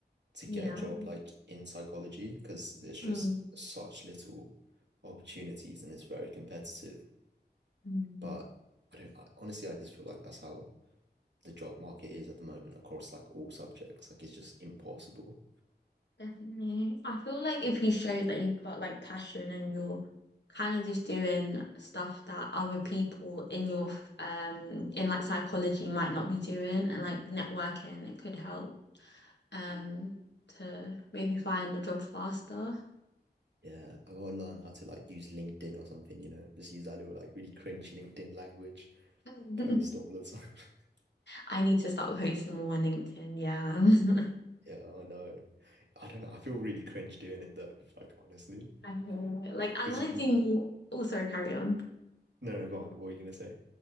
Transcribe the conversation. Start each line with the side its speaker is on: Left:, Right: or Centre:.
Right: to
Left: Yeah.
Right: get a job like in psychology because there's just
Left: Mm.
Right: such little opportunities and it's very competitive.
Left: Mm.
Right: But I don't, I, honestly, I just feel like that's how the job market is at the moment across like all subjects. Like it's just impossible.
Left: Definitely. I feel like if you show that you've got like passion and you're kind of just doing stuff that other people in your f- um in like psychology might not be doing and like networking, it could help um to maybe find a job faster.
Right: Yeah, I gotta learn how to like use LinkedIn or something, you know, just use that little like really cringe LinkedIn language,
Left: <laughs>
Right: post all the time. <laughs>
Left: I need to start posting more on LinkedIn, yeah.
Right: Yeah, I know. I don't know. I feel really cringe doing it though, like honestly.
Left: <laughs> I feel it. like I
Right: Because
Left: want
Right: you,
Left: to do more. Oh, sorry, carry on.
Right: no, no, go on. What were you gonna say?